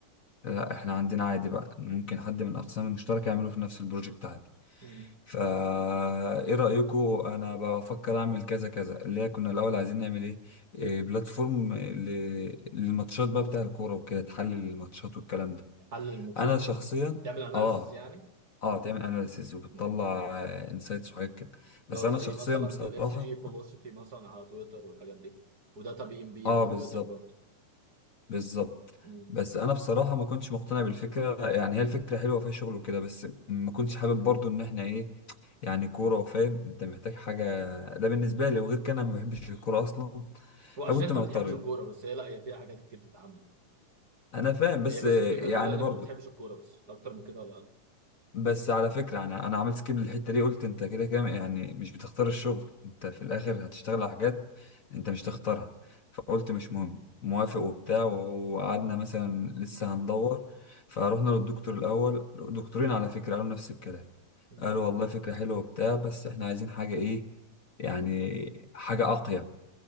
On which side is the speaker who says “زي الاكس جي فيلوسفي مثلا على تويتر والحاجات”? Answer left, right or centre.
Right